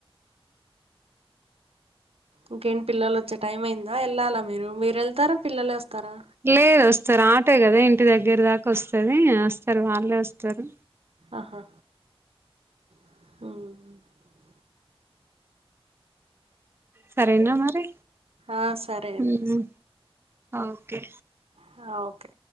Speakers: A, on the right; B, on the right.
A: ఇంకేంటి పిల్లలు వచ్చే టైం అయిందా వెళ్ళాలా మీరు మీరు వెళ్తారా పిల్లలే వస్తారా
B: లేదు వస్తారు ఆటో కదా ఇంటి దగ్గర దాకా వస్తది వస్తరు వాళ్ళే వస్తారు
A: అహా హ్మ్
B: సరేనా మరి
A: ఆ సరే
B: హ్మ్
A: అండి
B: ఓకే
A: హా ఓకే